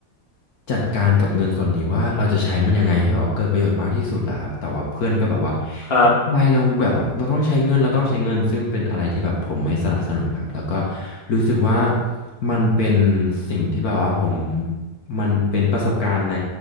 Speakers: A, on the left; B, on the left.
A: จัดการกับเงินส่วนนี้ว่าเราจะใช้มันยังไงให้แบบว่าเกิดประโยชน์มากที่สุดอะครับแต่ว่าเพื่อนก็แบบว่า
B: ครับ
A: ไม่เราแบบเราต้องใช้เงินเราต้องใช้เงินซึ่งเป็นอะไรที่แบบผมไม่สนับสนุนครับแล้วก็รู้สึกว่ามันเป็นสิ่งที่แบบว่าผมมันเป็นประสบการณ์ใน